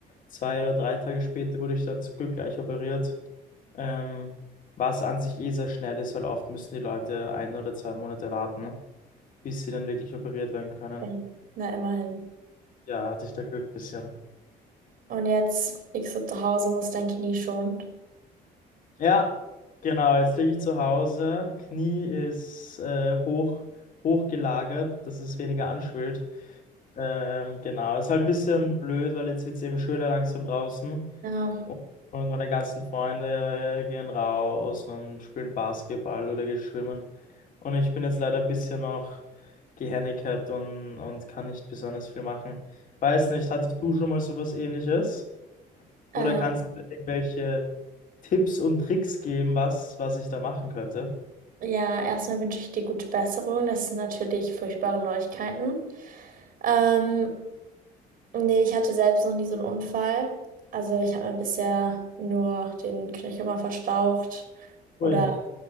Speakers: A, on the left; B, on the right.
A: Zwei oder drei Tage später wurde ich dann zum Glück gleich operiert. Ähm, was an sich eh sehr schnell ist, weil oft müssen die Leute ein oder zwei Monate warten, ne, bis sie dann wirklich operiert werden können.
B: Ja. Na, immerhin.
A: Ja, hatte ich da Glück bisschen.
B: Und jetzt liegst du zu Hause, musst dein Knie schonen.
A: Ja, genau, jetzt liege ich zu Hause. Knie ist äh, hoch, hochgelagert, dass es weniger anschwillt. Ähm, genau, ist halt ein bisschen blöd, weil jetzt wird es eben schöner langsam draußen.
B: Ja,
A: Und meine ganzen Freunde äh, gehen raus und spielen Basketball oder gehen schwimmen. Und ich bin jetzt leider ein bisschen noch gehandicapt und, und kann nicht besonders viel machen. Weiß nicht, hattest du schon mal sowas Ähnliches?
B: äh,
A: Oder kannst du mir irgendwelche Tipps und Tricks geben, was, was ich da machen könnte?
B: ja, erstmal wünsche ich dir gute Besserung. Das sind natürlich furchtbare Neuigkeiten. Ähm, Nee, ich hatte selbst noch nie so einen Unfall. Also ich habe mir bisher nur den Knöchel mal verstaucht
A: Ui,
B: oder